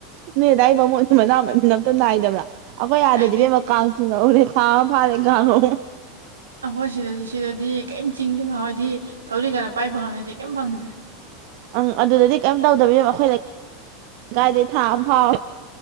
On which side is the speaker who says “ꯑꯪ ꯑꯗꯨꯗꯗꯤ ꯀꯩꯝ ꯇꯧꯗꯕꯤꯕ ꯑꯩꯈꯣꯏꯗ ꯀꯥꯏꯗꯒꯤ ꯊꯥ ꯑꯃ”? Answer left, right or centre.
Right